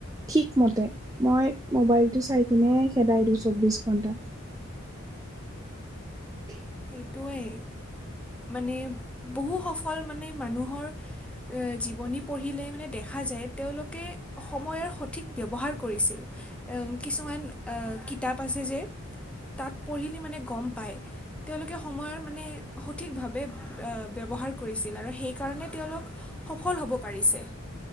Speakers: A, on the right; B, in the centre.
A: ঠিকমতে মই মোবাইলটো চাই কিনে খেদাই দিওঁ চৌবিশ ঘন্টা <inaudible>
B: সেইটোৱে মানে বহু সফল মানে মানুহৰ জীৱনী পঢ়িলে মানে দেখা যায় তেওঁলোকে সময়ৰ সঠিক ব্যৱহাৰ কৰিছিল। কিছুমান কিতাপ আছে যে, তাত পঢ়িলে মানে গম পায়। তেওঁলোকে সময়ৰ মানে সঠিকভাৱে ব্যৱহাৰ কৰিছিল আৰু সেইকাৰণে তেওঁলোক সফল হ'ব পাৰিছে।